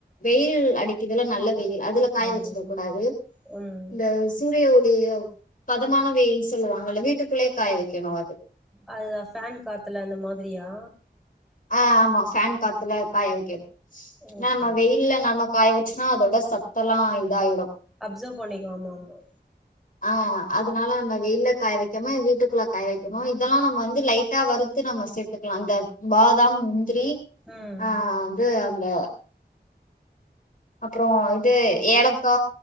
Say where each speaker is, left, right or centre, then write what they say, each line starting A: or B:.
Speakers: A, on the left (about 50°); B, in the centre.
A: வெயில் அடிக்கிதுல்ல நல்ல வெயில் அதுல காய
B: ஆமா
A: வச்சியிடக் கூடாது
B: ம்
A: இந்தஸ் சூரிய ஒளியோ பதமான வெயிலுன் சொல்லுவாங்கல்ல வீட்டுக்குள்ளே காய வெக்கணு அத்
B: அதுதா ஃபேன் காத்துல அந்த மாதிரியா
A: ஆ ஆமா ஃபேன் காத்துல காய வைக்க
B: ஓகே
A: நாம வெயி இல்ல நம்ம காய வச்சுனா அதோட சத்தெல்லா இதாய்டு
B: அப்சர்வ் பண்ணிக்கு ஆமா ஆமா
A: ஆ அதனால நம்ம வெயில்ல காய் வைக்காம வீட்டுக்குள்ள காய வைக்கணும் இதெல்லா நம்ம வந்து லைட் ட்டா வறுத்து நம்ம சேத்துக்லா அந்த பாதாம் முந்திரி
B: ம்
A: ஆ து அந்த அப்றோ இது ஏலக்கா